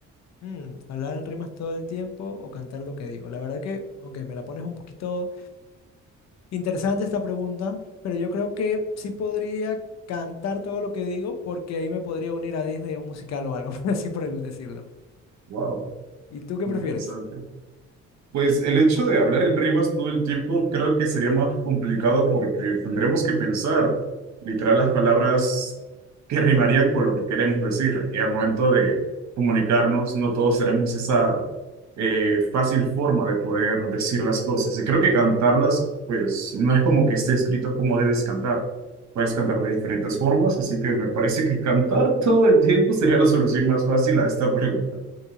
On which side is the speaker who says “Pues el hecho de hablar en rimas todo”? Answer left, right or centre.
Right